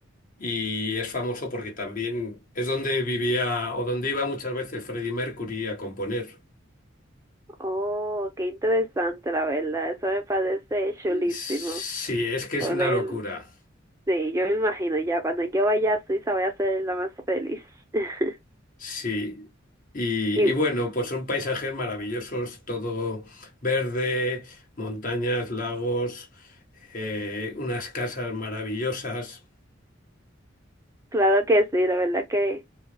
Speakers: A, on the left (about 45°); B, on the right (about 15°).
A: Y es famoso porque también es donde vivía o donde iba muchas veces Freddie Mercury a componer.
B: Oh, qué interesante, la verdad. Eso me parece chulísimo.
A: Sí, es que
B: Por
A: es una
B: él.
A: locura.
B: Sí, yo me imagino ya. Cuando yo vaya a Suiza voy a ser la más feliz. <laughs>
A: Sí. Y,
B: Y
A: y bueno, pues son paisajes maravillosos, todo verde, montañas, lagos, eh, unas casas maravillosas.
B: claro que sí, la verdad que